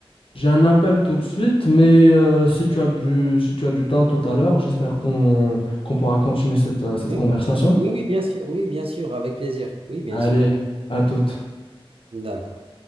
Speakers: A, on the left; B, on the right.
A: j'ai un appel tout de suite, mais euh, si tu as du si tu as du temps tout à l'heure, j'espère qu'on qu'on pourra continuer cette, euh,
B: Mhm.
A: cette conversation.
B: Oui, oui, bien sûr, oui, bien sûr, avec plaisir. Oui, bien
A: Allez,
B: sûr.
A: à toute.
B: D'accord.